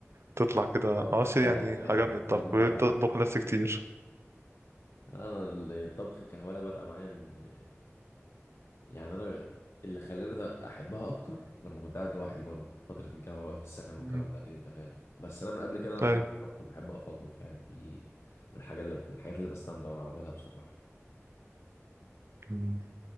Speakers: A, on the right; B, on the left.
A: تطلع كده
B: بقعد
A: عشر
B: أخترع
A: يعني
B: كده يعني
A: عجبني
B: ده
A: الطبخ
B: ده المتعة
A: بتطبخ
B: بالنسبة
A: نفسي
B: لي
A: كتير
B: انا الطبخ كهواية بدأ معايا من يعني انا اللي خلاني ده احبها اكتر لما كنت قاعد لوحدي برضه في فترة الجامعة بقى في السكن والكلام
A: مم.
B: ده اكيد انت فاهم بس انا من قبل كده انا بحب
A: أيوة
B: الطبخ وبحب اقف اطبخ يعني دي من الحاجة اللي من الحاجات اللي بستمتع وانا بعملها بصراحة
A: مم.